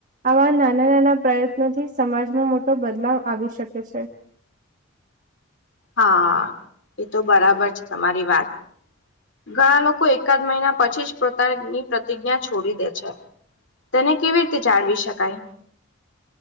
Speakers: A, on the right (about 40°); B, on the left (about 60°).
A: આવા નાના નાના પ્રયત્નોથી સમાજમાં મોટો બદલાવ આવી શકે છે. <inaudible>
B: હા એ તો બરાબર છે તમારી વાત. ઘણા લોકો એકાદ મહિના પછી જ પોતાની પ્રતિજ્ઞા છોડી દે છે. તેને કેવી રીતે જાળવી શકાય?